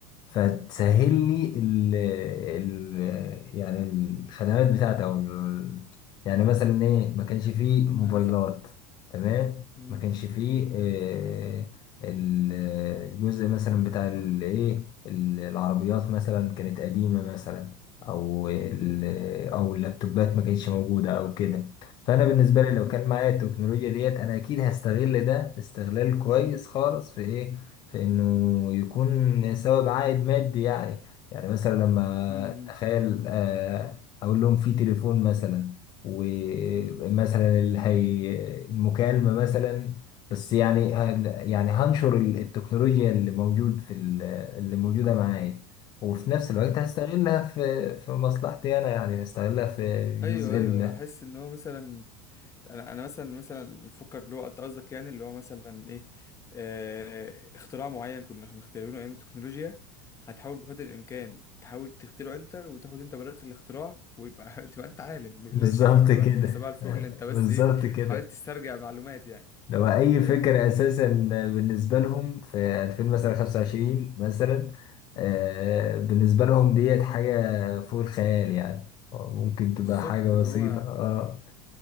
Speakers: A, on the left; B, on the left.
A: فتسهل لي ال ال يعني الخدمات بتاعتي او ال- يعني مثلا ايه ما كانش فيه موبايلات
B: انا ف
A: تمام
B: امم
A: ما كانش فيه آه، ال- الجزء مثلا بتاع الايه العربيات مثلا كانت قديمة مثلا او ال-
B: امم
A: او اللابتوبات ما كانتش موجودة او كده فانا بالنسبة
B: امم
A: لي لو كان معايا التكنولوجيا ديت انا اكيد هستغل ده استغلال كويس خالص في ايه في انه يكون سبب عائد مادي يعني يعني مثلا لما
B: امم
A: تخيل آه، اقول لهم في تليفون مثلا ومثلا اللي هي المكالمة مثلا بس يعني هن- يعني هنشر ال- التكنولوجيا اللي موجود في ال- اللي موجودة معايا وفي نفس الوقت هستغلها في في مصلحتي انا يعني هستغلها في
B: ايوه
A: جزء
B: ايوه
A: ال
B: احس ان هو مثلا انا انا مثلا مثلا بفكر اللي هو انت قصدك يعني اللي هو مثلا ايه آه اختراع معين كنا مخترعينه ايام التكنولوجيا هتحاول بقدر الامكان تحاول تخترعه انت وتاخد انت براءة الاختراع ويبقى <laughs> تبقى انت عالم من
A: بالظبط
B: لا شيء فاهم اللي
A: كده
B: هو انت حساب على الفل
A: <laughs>
B: اللي انت بس
A: بالظبط
B: ايه
A: كده
B: حاولت تسترجع معلومات يعني
A: لو اي
B: فاهمني
A: فكره اساسا بالنسبه لهم في 2000 مثلا 25 مثلا آه، بالنسبه لهم ديت حاجه فوق الخيال يعني ممكن تبقى
B: بالظبط
A: حاجه بسيطه
B: اللي هو
A: اه